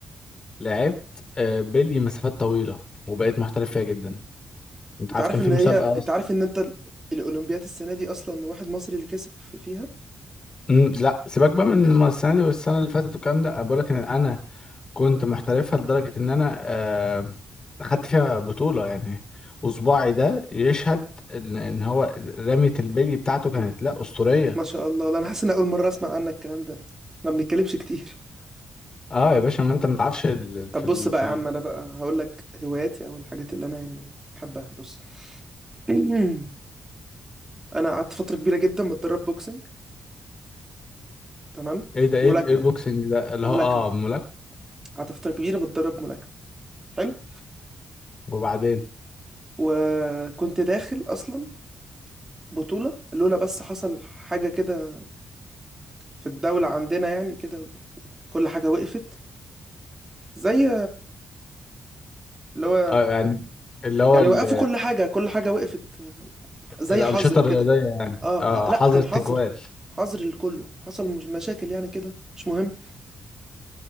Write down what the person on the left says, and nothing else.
لعبت آه، بلي مسافات طويلة وبقيت محترف فيها جدا انت
عارف
كان
في مسابقة
اصلا
مم، لا سيبك بقى من الم- السنه دي والسنه اللي فاتت والكلام ده انا بقول لك ان انا كنت محترفها لدرجه ان انا آه، اخدت فيها بطوله يعني وصباعي ده يشهد ان إن هو رمية البلي بتاعته كانت
لا اسطوريه
اه يا باشا ما انت ما تعرفش ال- في
ال...
في
ال...
ايه ده ايه
ال- إيه البوكسنج ده اللي
هو اه ملاك
وبعدين
اه يعني اللي هو
ال...
الانشطه
الرياضيه
يعني
اه
حظر
تجوال